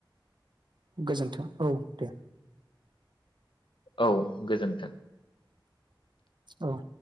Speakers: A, on the right (about 65°); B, on the left (about 75°).
A: गोजोन्थों औ दे ।
B: औ गोजोन्थों ।
A: औ ।